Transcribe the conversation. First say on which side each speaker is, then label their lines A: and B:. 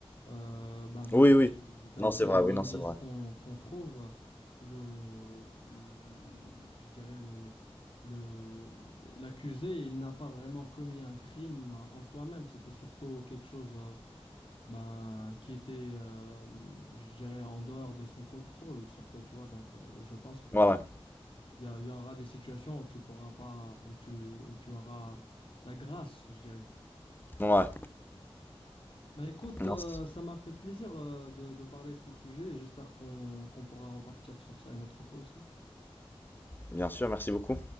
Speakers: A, on the left; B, on the left.
A: Euh, ben, d'après,
B: Oui, oui.
A: d'après
B: Non, c'est vrai,
A: les
B: oui,
A: indices
B: non, c'est vrai.
A: qu'on qu'on trouve, le, le- je dirais le, le, l'accusé, il n'a pas vraiment commis un crime en soi-même. C'était surtout quelque chose euh, ben, qui était, euh, je dirais, en dehors de son contrôle, surtout, tu vois. Donc, euh, je pense que
B: Ouais, ouais.
A: il y, a- il y aura des situations où tu pourras pas, où tu, où tu auras la grâce, je dirais.
B: Ouais.
A: Ben écoute,
B: Non,
A: euh,
B: c'est-
A: ça m'a fait plaisir euh, de, de parler de ce sujet et j'espère qu'on qu'on pourra repartir sur ça une autre fois aussi.
B: bien sûr, merci beaucoup.